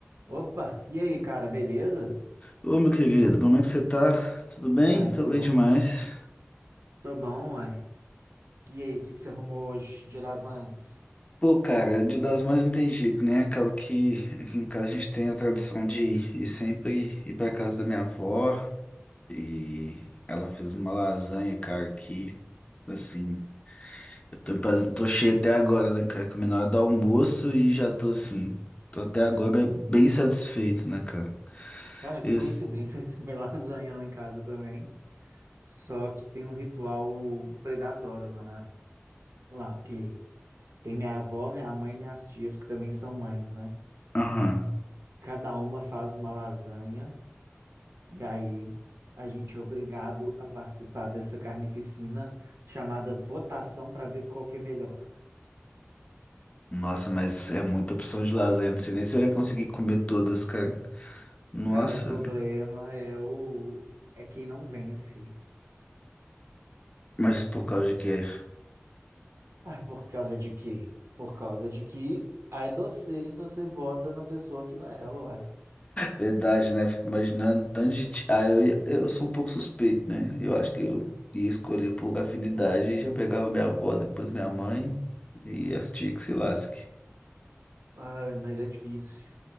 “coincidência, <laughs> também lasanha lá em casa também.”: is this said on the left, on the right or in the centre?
Right